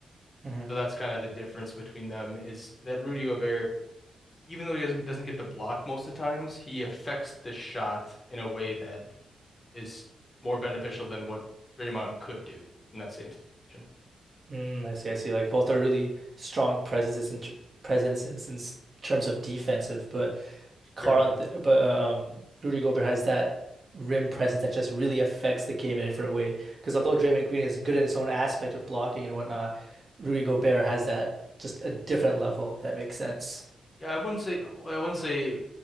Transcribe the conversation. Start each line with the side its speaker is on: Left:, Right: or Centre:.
Right: Mm-hmm.
Left: So that's kind of the difference between them is that Rudy Gobert, even though he doesn't doesn't get the block most of the times, he affects the shot in a way that is more beneficial than what Draymond could do in that same situation.
Right: Mm, I see. I see. Like both are really strong presences and presences in s- terms of defensive, but Carl,
Left: Sure, yeah.
Right: Anth- but uh, um, Rudy Gobert has that rim presence that just really affects the game in a different way. Because although Draymond Green is good in his own aspect of blocking and whatnot, Rudy Gobert has that just a different level, if that makes sense.
Left: Yeah, I wouldn't say I wouldn't say